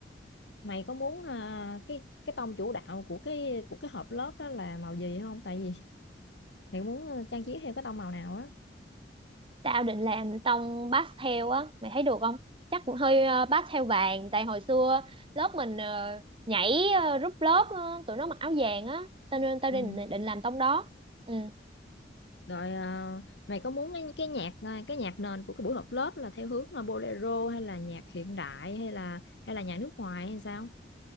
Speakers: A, on the left (about 75°); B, on the right (about 30°).
A: mày có muốn à, cái cái tông chủ đạo của cái của cái hộp lớp đó là màu gì không tại vì mày muốn ờ, trang trí theo cái tông màu nào á
B: tao định làm tông pastel á mày thấy được không chắc cũng hơi ờ, pastel vàng tại hồi xưa lớp mình ờ, nhảy ờ, rút lớp ờ, tụi nó mặc áo vàng á cho nên tao
A: Ừ.
B: định định làm tông đó ừ
A: rồi ờ, mày có muốn cái, cái nhạc ờ, cái nhạc nền của cái buổi họp lớp là theo hướng là bolero hay là nhạc hiện đại hay là hay là nhạc nước ngoài hay sao